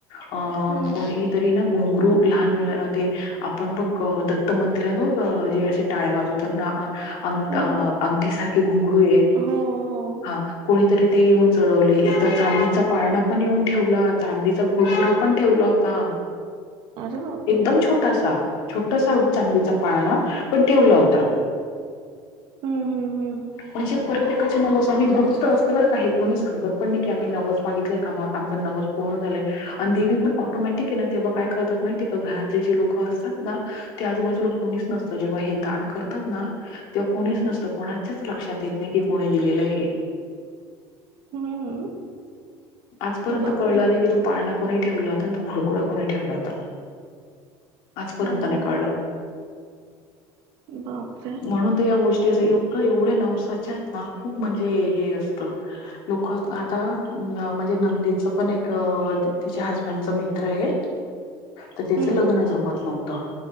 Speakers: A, on the left; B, on the right.
A: अ
B: हम्म
A: कोणी. तरी ना घोंगरू लहान मु ते, आपण बघ दत्त मंदिरात ब जे असे. टाळ्या वाजवताना अंग
B: हम्म
A: अ अंगठी सारखे घुंगरू ये.
B: हो हो
A: हा कोणीतरी ते येऊन चढवले. एकदा चांदीचा पाळणा पण येऊन ठेवला, चांदीचा कुरफुडा पण ठेवला होता.
B: अरे बापरे
A: एकदम छोटासा छोटासा चांदीचा पाळणा पण ठेवला होता.
B: हम्म हम्म हम्म
A: म्हणजे प्रत्येकाचे नवस गुप्त असत बरं का हे. कोणी सांगत पण नाही की, आम्ही नवस मागितलाय कामाचा नवस. पूर्ण झालंय आणि देवी पण ऑटोमॅटिक ना. तेव्हा काय करतात माहितीय का घरातले जे लोक असतात ना. ते आजूबाजूला कोणीच नसतं. जेव्हा हे दान करतात ना, तेव्हा कोणीच नसतं कोणा कोणाचाचं लक्षात येत नाही की, कोणी दिलेलं आहे हे.
B: हम्म हम्म
A: आजपर्यंत
B: बापरे
A: कळलं नाही की तुम पाळणा कोणी ठेवला होता, आणि तो खुळखुळा कोणी ठेवला होता. आजपर्यंत
B: हो
A: नाही कळलं.
B: बापरे.
A: म्हणून तर या गोष्टी असं एं एवढ्या नवसाच्या आहेत ना, खूप म्हणजे हे असतं. लोकं आता म्हणजे, माझ्या नंदेचं पण एक तिच्या हजबंडच मित्र ये. तर
B: हम्म
A: तिचं लग्न जमत नव्हतं.